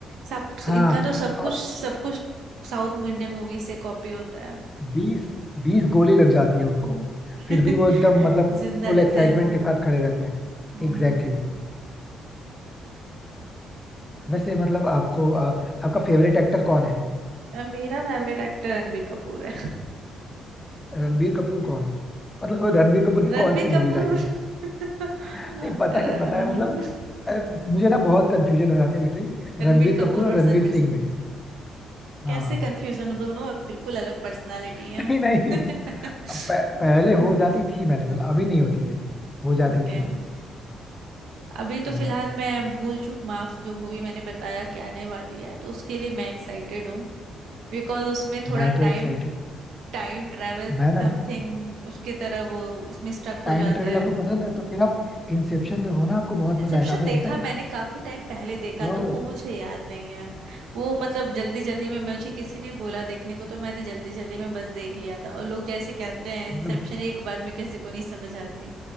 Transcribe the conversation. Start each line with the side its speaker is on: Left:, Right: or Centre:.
Right: सब
Left: हाँ
Right: इनका तो सब
Left: और
Right: कुछ सब कुछ साउथ इंडियन मूवी से कॉपी होता है
Left: बीस बीस गोली लग जाती है उनको
Right: हम्म। <laughs>
Left: फिर भी वो एकदम मतलब
Right: जिंदा
Left: फुल
Right: रहते
Left: एक्साइटमेंट
Right: हैं वो
Left: के साथ खड़े रहते हैं
Right: हम्म
Left: Exactly exactly. वैसे मतलब आपको अ, आपका फेवरेट एक्टर कौन है
Right: अ, मेरा फेवरेट एक्टर रणबीर कपूर है
Left: रणबीर
Right: <laughs>
Left: कपूर कौन मतलब रणबीर कपूर की
Right: रणबीर
Left: कौन सी
Right: कपूर
Left: मूवीज आई नहीं
Right: <laughs>
Left: नहीं पता है पता है मतलब अ, मुझे ना बहुत कंफ्यूजन हो जाती है लिटरली
Right: रणबीर
Left: रणबीर
Right: कपूर
Left: कपूर और
Right: और
Left: रणवीर
Right: रणवीर
Left: सिंह
Right: सिंह
Left: में हाँ
Right: कैसे कंफ्यूजन हो दोनों अब बिल्कुल अलग पर्सनालिटी
Left: <laughs>
Right: हैं
Left: नहीं नहीं
Right: <laughs>
Left: अब पह, पहले
Right: हाँ
Left: हो जाती थी मैंने बोला अभी नहीं होती है हो जाती
Right: ओके
Left: थी
Right: अभी तो
Left: हाँ
Right: फिलहाल मैं भूल चूक माफ जो मूवी मैंने बताया कि आने वाली है तो उसके लिए मैं एक्साइटेड हूँ बिकॉज उसमें थोड़ा
Left: मैं
Right: टाइम
Left: तो एक्साइटेड
Right: टाइम ट्रैवल
Left: मैं ना
Right: समथिंग उसकी तरह वो इसमें स्टक
Left: टाइम
Right: हो जाता
Left: ट्रेवल
Right: है
Left: आपको पसंद है तो फिर आप इंसेप्शन तो हो ना आपको बहुत
Right: इंसेप्शन
Left: मजा आएगा आपने
Right: देखा
Left: देखा है
Right: मैंने काफी टाइम पहले देखा
Left: ओ
Right: तो वो मुझे याद नहीं है वो मतलब जल्दी जल्दी में मुझे किसी ने बोला देखने को तो मैंने जल्दी जल्दी में बस देख लिया था और लोग जैसे कहते हैं
Left: मतलब
Right: इंसेप्शन एक बार में किसी को नहीं समझ आती